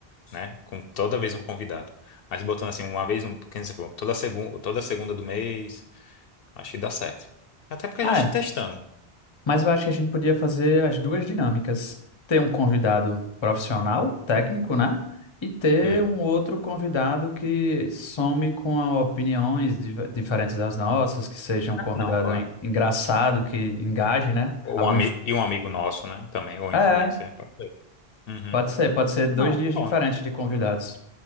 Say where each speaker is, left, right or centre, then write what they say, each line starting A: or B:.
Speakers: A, on the left; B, on the left.
A: né? Com toda vez um convidado. Mas botando assim, uma vez, um, quem você falou, toda segunda, toda segunda do mês, acho que dá certo. Até porque
B: Ah,
A: a gente
B: é,
A: testando.
B: mas eu acho que a gente podia fazer as duas dinâmicas: ter um convidado profissional, técnico, né? E ter
A: Hum.
B: um outro convidado que some com a- opiniões div- diferentes das nossas, que seja um
A: Ah,
B: convidado
A: Não, claro.
B: en- engraçado, que engaje, né?
A: Ou
B: Algum.
A: Um, ami- e um amigo nosso, né? Também, ou
B: É.
A: influencer. Pode ser. Uhum.
B: Pode ser, pode ser dois
A: Não,
B: dias
A: pronto.
B: diferentes de convidados.